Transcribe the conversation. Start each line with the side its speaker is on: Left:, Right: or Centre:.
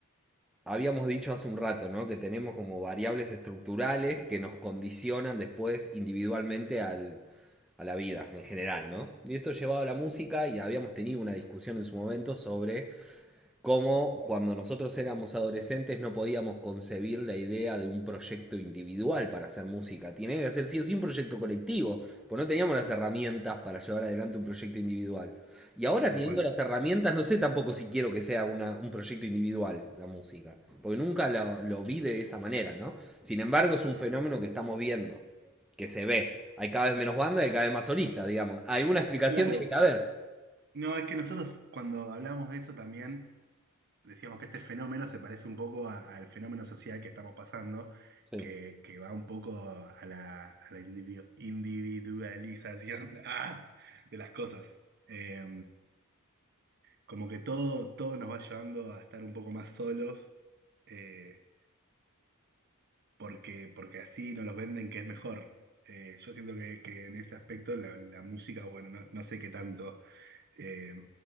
Centre: habíamos dicho hace un rato, ¿no? Que tenemos como variables estructurales que nos condicionan después individualmente al, a la vida en general, ¿no? Y esto llevado a la música y habíamos tenido una discusión en su momento sobre como cuando nosotros éramos adolescentes no podíamos concebir la idea de un proyecto individual para hacer música. Tiene que ser sí o sí un proyecto colectivo, pues no teníamos las herramientas para llevar adelante un proyecto individual. Y ahora
Right: tal
Centre: teniendo
Right: cual.
Centre: las herramientas, no sé tampoco si quiero que sea una- un proyecto individual la música, porque nunca lo, lo vi de esa manera, ¿no? Sin embargo, es un fenómeno que estamos viendo, que se ve. Hay cada vez menos bandas y cada vez más solistas, digamos. Alguna explicación
Right: Claro,
Centre: tiene que haber.
Right: no, es que nosotros cuando hablamos de eso también decíamos que este fenómeno se parece un poco a- al fenómeno social que estamos pasando,
Centre: Sí.
Right: que, que va un poco a la, a la individu- individualización <laughs> ¡ah! de las cosas. Eh, como que todo, todo nos va llevando a estar un poco más solos, eh, porque, porque así nos los venden que es mejor. Eh, yo siento que, que en ese aspecto la, la música, bueno, no, no sé qué tanto. eh,